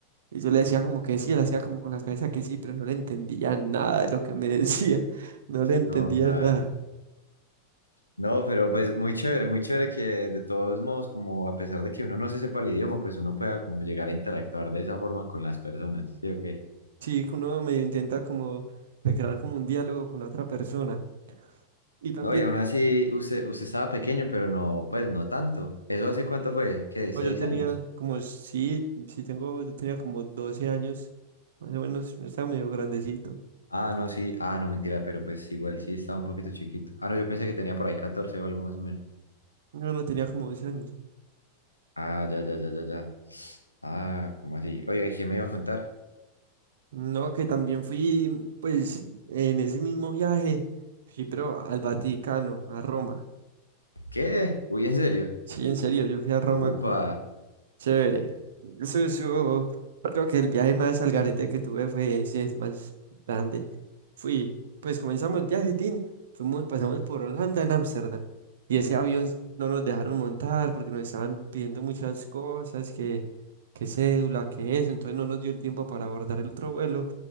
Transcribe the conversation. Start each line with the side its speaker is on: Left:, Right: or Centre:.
Right: Y yo le decía como que sí, él hacía como con la cabeza que sí, pero no le entendía nada de lo que me <laughs> decía, no le entendía
Left: No, claro.
Right: nada.
Left: No, pero pues muy chévere, muy chévere que de todos modos, como a pesar de que uno no se sepa el idioma, pues uno pueda como llegar a interactuar de esa forma con las personas, ¿sí o qué?
Right: Sí, que uno medio intenta como de crear como un diálogo con la otra persona. Y también,
Left: No, y aún así usted, usted estaba pequeño, pero no, pues no tanto. ¿Eso hace cuánto fue? ¿Qué?
Right: pues,
Left: ¿Seis
Right: yo tenía
Left: años?
Right: como, sí, sí tengo, yo tenía como 12 años, más o menos, yo estaba medio grandecito.
Left: Ah, no, sí. Ah, no, mentira, pero pues igual sí estaba un poquito chiquito. Ah, no, yo pensé que tenía por ahí 14 o algo más o menos.
Right: Yo no tenía como doce años.
Left: Ah, ya, ya, ya, ya, ya. Ah, ¿cómo así? Oye, ¿y ¿qué me iba a contar?
Right: No, que también fui, pues, en ese mismo viaje, fui, pero al Vaticano, a Roma.
Left: ¿Qué? Uy, ¿en serio?
Right: Sí, en serio, yo fui a Roma
Left: Upa.
Right: con, Chévere. Eso, eso- creo que el viaje más al garete que tuve fue, sí, el más grande. Fui, pues comenzamos el viaje, tin, fuimos, pasamos por Holanda en Ámsterdam. Y ese avión no nos dejaron montar porque nos estaban pidiendo muchas cosas, que, que cédula, que eso. Entonces no nos dio el tiempo para abordar el otro vuelo.